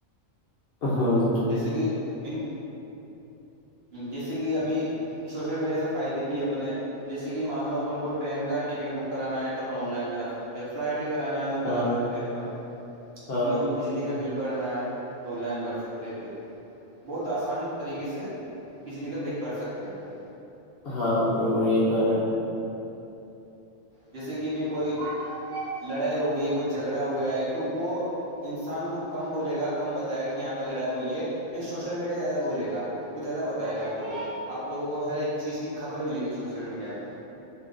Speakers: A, on the left; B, on the right.
A: ہاں
B: جیسے کہ ان جیسے کہ ابھی سوشل میڈیا سے فائدے بھی ہے اپنے جیسے کہ مان لو اپن کو ٹرین کا ٹکٹ بک کرانا ہے تو اپن آن لائن کرا سکتے ہیں فلائٹ کا کرانا ہے تو
A: ہاں
B: کرا سکتے ہیں اپن
A: ہاں
B: اپنے کو بجلی کا بل بھرنا ہے تو آن لائن بھر سکتا بل بہت آسان طریقے سے بجلی کا بل بھر سکتے اپن
A: ہاں برو یہ تو ہے
B: جیسے کہ ابھی کوئی لڑائی ہو گئی ہے کوئی جھگڑا ہو گیا ہے تو وہ انسان تو کم بولے گا کم بتائے گا کہ یہاں پہ لڑائی ہوئی ہے سوشل میڈیا زیادہ بولے گا وہ زیادہ بتائے گا آپ لگوں کو لوگوں کو ہر ایک چیز کی خبر ملے گی سوشل میڈیا پہ